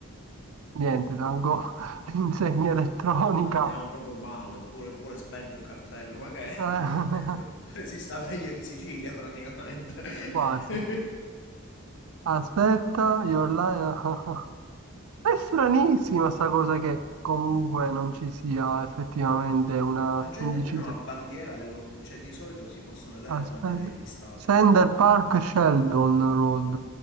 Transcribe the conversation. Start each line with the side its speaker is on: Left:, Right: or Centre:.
Right: Niente, tengo <laughs> l'insegna elettronica.
Left: Ma andiamo proprio male, pure, pure spento il cartello, ma che è? <laughs>
Right: Eh, <laughs>
Left: Si sta meglio in Sicilia praticamente.
Right: quasi.
Left: <laughs>
Right: Aspetta, you're li- <laughs> È stranissima sta cosa che comunque non ci sia effettivamente una
Left: Non c'è
Right: indicizia.
Left: nemmeno una bandiera, dello- cioè di solito si possono vedere
Right: Aspetta.
Left: le bandiere degli stati.
Right: Center Park Sheldon Road.